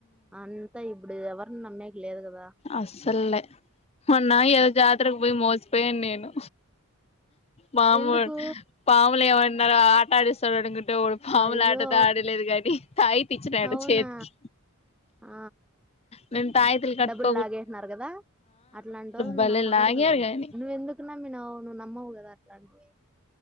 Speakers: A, in the centre; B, on the left.
A: అంతా ఇప్పుడు ఎవరిని నమ్మేక లేదు కదా
B: అస్సల్లే మొన్నా ఏదో జాతరకు పోయి మోసపోయాను నేను వామ్మో
A: ఎందుకు
B: పాములు ఏమంటే నాదో ఆట ఆడిస్తాడు అను అటు ఎవడు పాములు
A: అయ్యో
B: ఆట దడి లేదు కానీ తాయిత్తు ఇచ్చినాడు
A: అవునా
B: చేతికి
A: ఆ
B: నేను తాయితలు కట్టు
A: డబ్బులు లాగేసినారు కదా అట్లాంటి ఒళ్ళని
B: భలే
A: అనమ్మకూడదు
B: లాగారు గాని
A: నువ్వు ఎందుకు నమ్మినావు నువ్వు నమ్మవు కదా అట్లాంటివి